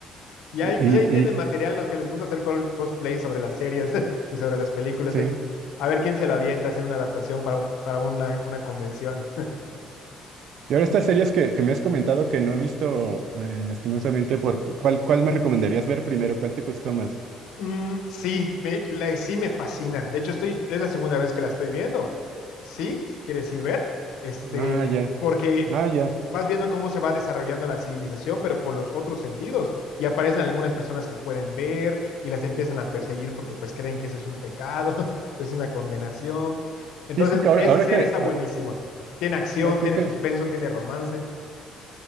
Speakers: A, on the left; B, on the right.
A: y ahí
B: Y,
A: pues ahí tienen
B: y, y-
A: material los que les gusta hacer cosplay sobre las series <laughs> y sobre las películas.
B: sí.
A: Ahí, a ver quién se lo avienta a hacer una adaptación para, un, para una, una convención.
B: Y ahora estas series que, que me has comentado que no he visto, eh, lastimosamente, por, ¿cuál, cuál me recomendarías ver primero? ¿Cuál te gustó más?
A: Mm, sí, me, la, sí me fascina. De hecho, estoy, es la segunda vez que la estoy viendo. Sí, si quieres ir ver, este,
B: Ah, ya,
A: porque
B: ah, ya.
A: vas viendo cómo se va desarrollando la civilización, pero con los otros sentidos. Y aparecen algunas personas que pueden ver y las empiezan a perseguir porque pues creen que ese es un pecado, <laughs> es una condenación. Entonces,
B: Sí, sí, que ahora,
A: esta
B: ahora
A: serie
B: que,
A: está buenísima.
B: ah,
A: Tiene acción,
B: ya que,
A: tiene
B: que-
A: suspenso, tiene romance.